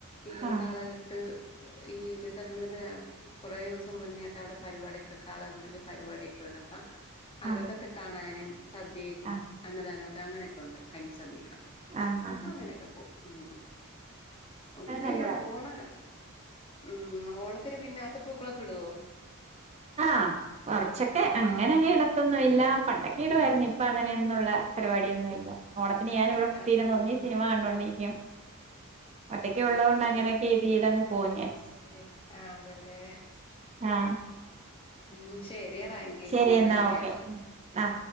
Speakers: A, on the left; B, on the right.
A: ഈ
B: ആഹ്
A: കാളകെട്ട് ഈ ഇരുപത്തി അറ്ണൂറ്കൊ. റേ ദിവസം മുന്നേ അടെടെ പരിപാടൊക്കെ കാളകൂട്ടില് പരിപാടൊക്കെ ഉണ്ട്അപ്പ അകതൊക്കെ
B: ആഹ്
A: കാണാനും സദ്യയേ
B: ആഹ്
A: അന്നദാനമൊക്കെ അങ്ങനെയൊക്കെ ഉണ്ട് കഞ്ഞി സതൈക്കാം
B: ആഹ് ആഹ് ആഹ്
A: അങ്ങനെയൊക്കെ പോകും ഉം ഉം നക്ക്
B: അത്
A: പിന്നെ
B: നല്ലതാ
A: ഈ ഓണ ഉം ഓണ ഇത്തിരി പിന്നെ അത് പൂക്കളക്കെ ഇടോ
B: ആഹ് കൊറച്ചൊക്കെ അങ്ങനെങ്ങെ ഇടത്തൊന്നുഇല്ല. പണ്ടൊക്കെ ഇടുവാര്ന്നു.
A: ഉം.
B: ഇപ്പൊ അങ്ങനെ ന്നുള്ള പരിപാടി ഒന്നുംല്ല. ഓണത്തിന് ഞാന് ഇവടെ
A: അത്
B: തീരുന്ന ഒന്നി സിനിമ ക ണ്ടിരിക്കും ഒറ്റയ്ക്കെ ഉള്ളതത് കൊണ്ട്
A: ആഹ്
B: അങ്ങനെയൊക്കെ ഇത് ചെയ്തങ്ങ് പോകും ഞാൻ
A: ശരി ആ അതല്ലേ
B: ആഹ്
A: ഉം ശെരിയടാ എങ്ക
B: ശരി
A: പിന്നെ
B: എന്നാ
A: വിളിക്കാട്ടോ
B: ഓക്കെ
A: ഉം
B: ആഹ്